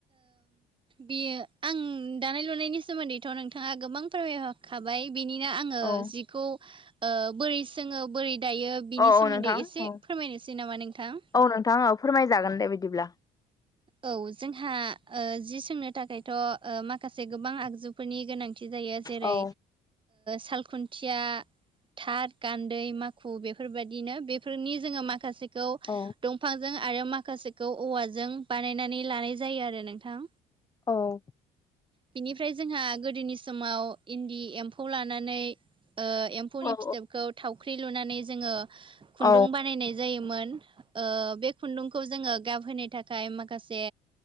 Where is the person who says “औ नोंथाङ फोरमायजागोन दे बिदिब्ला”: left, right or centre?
Left